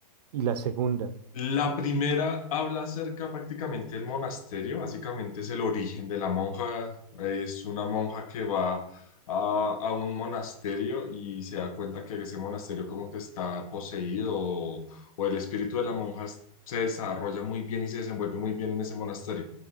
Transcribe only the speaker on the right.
y la segunda.